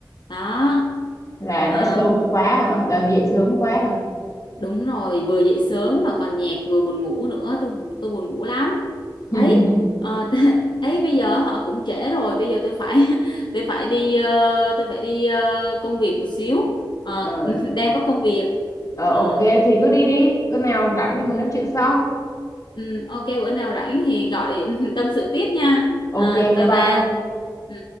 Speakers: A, on the left; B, on the left.
A: đó.
B: là
A: Ờ,
B: nói sớm quá hả Ờ, là dậy sớm quá hả
A: Đúng rồi, vừa dậy sớm mà còn nhạc vừa buồn ngủ nữa, tôi tôi buồn ngủ lắm.
B: <laughs>
A: Ấy, ờ, <laughs> t- ấy bây giờ họ cũng trễ rồi, bây giờ tôi phải <laughs> tôi phải đi ờ, tôi phải đi ờ, công việc một xíu. Ờ,
B: ừ.
A: <laughs> đang có công việc.
B: ờ
A: Ờ,
B: ok thì cứ đi đi lúc nào rảnh thì mình nói chuyện sau
A: ừ, ok bữa nào rảnh thì gọi <laughs> tâm sự tiếp nha. Ờ,
B: ok
A: chào
B: bye
A: bà.
B: bye
A: Ừ.